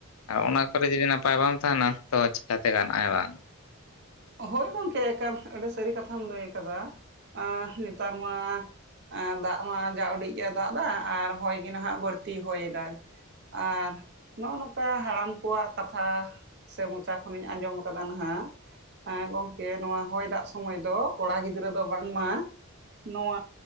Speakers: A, on the left (about 75°); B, on the right (about 50°).
A: ᱟᱨ ᱚᱱᱟ ᱠᱚᱨᱮ ᱡᱩᱫᱤ ᱱᱟᱯᱟᱭ ᱵᱟᱢ ᱛᱟᱦᱮᱱᱟ ᱛᱚ ᱪᱤᱠᱟ ᱛᱮ ᱜᱟᱱᱚᱜ-ᱟ ᱵᱟᱝ᱾
B: ᱦᱳᱭ ᱜᱚᱝᱠᱮ ᱮᱠᱟᱞ‌ ᱟᱹᱰᱤ ᱥᱟᱹᱨᱤ ᱠᱟᱛᱷᱟᱢ ᱞᱟᱹᱭ ᱠᱟᱫᱟ ᱟᱸ ᱱᱤᱛᱟᱨ ᱢᱟᱼᱼ ᱮᱸ ᱫᱟᱜ ᱢᱟ ᱡᱟ ᱩᱰᱤᱡ ᱮ ᱫᱟᱜ ᱫᱟ ᱟᱨ ᱦᱚᱭ ᱜᱤ ᱱᱟᱦᱟᱸᱜ ᱵᱟᱹᱲᱛᱤᱭ ᱦᱚᱭ ᱫᱟᱭ᱾ ᱟᱸᱨ ᱱᱚᱜ-ᱚ ᱱᱚᱝᱠᱟ ᱦᱟᱲᱟᱢ ᱠᱚᱣᱟᱜ ᱠᱟᱛᱷᱟᱼᱼ ᱥᱮ ᱢᱚᱪᱟ ᱠᱷᱚᱱᱤᱧ ᱟᱸᱡᱚᱢ ᱠᱟᱫᱟ ᱱᱟᱦᱟᱸᱜᱼᱼ ᱮᱸ ᱜᱚᱝᱠᱮ ᱱᱚᱣᱟ ᱦᱚᱭ ᱫᱟᱜ ᱥᱚᱢᱟᱹᱭ ᱫᱚ ᱠᱚᱲᱟ ᱜᱤᱫᱽᱨᱟᱹ ᱫᱚ ᱵᱟᱝ ᱢᱟᱼᱼ ᱱᱚᱣᱶ